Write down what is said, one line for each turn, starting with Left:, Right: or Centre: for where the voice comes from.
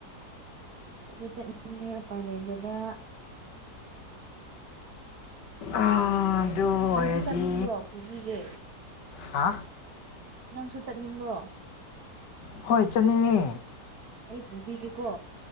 Right: ꯑꯩꯗꯤ ꯆꯠꯅꯤꯡꯉꯦ ꯎꯄꯥꯏ ꯂꯩꯒꯗ
Left: ꯑꯥ ꯑꯗꯨ ꯑꯣꯏꯔꯗꯤ
Right: ꯅꯪꯁꯨ ꯆꯠꯅꯤꯡꯕ꯭ꯔꯣ ꯄꯨꯕꯤꯒꯦ
Left: ꯍꯥ
Right: ꯅꯪꯁꯨ ꯆꯠꯅꯤꯡꯕ꯭ꯔꯣ
Left: ꯍꯣꯏ ꯆꯠꯅꯤꯡꯉꯦ
Right: ꯑꯩ ꯄꯨꯕꯤꯒꯦꯀꯣ